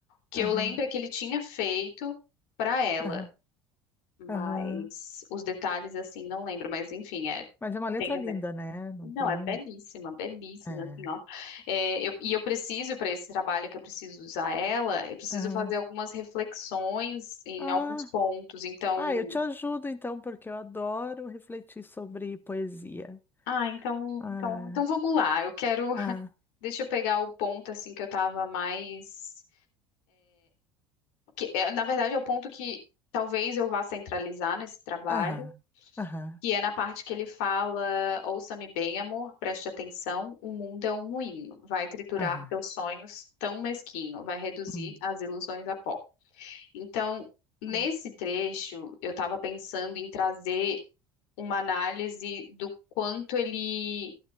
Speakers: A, on the left (about 60°); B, on the left (about 15°).
A: que
B: Aham,
A: eu lembro é que ele tinha feito para ela,
B: aham,
A: mas
B: aham.
A: os detalhes assim não lembro, mas enfim, é
B: Mas é uma letra
A: tem
B: linda, né? Não
A: não,
B: tem.
A: é belíssima, belíssima,
B: É.
A: assim, ó. É, eu- e eu preciso, para esse trabalho que eu preciso usar ela, eu preciso
B: aham.
A: fazer algumas reflexões em
B: Ah,
A: alguns pontos. Então,
B: ah, eu te ajudo então, porque eu adoro refletir sobre poesia.
A: ah, então,
B: Ah,
A: então, então vamos lá. Eu quero, <laughs>
B: ah,
A: deixa eu pegar o ponto, assim, que eu tava mais, que, é, na verdade, é o ponto que talvez eu vá centralizar nesse trabalho.
B: aham, aham,
A: que é na parte que ele fala: Ouça-me bem, amor, preste atenção. O mundo é um moinho, vai triturar
B: aham.
A: teus sonhos tão mesquinho, vai reduzir
B: Hum,
A: as ilusões a pó. Então, nesse
B: ah,
A: trecho, eu estava pensando em trazer uma análise do quanto ele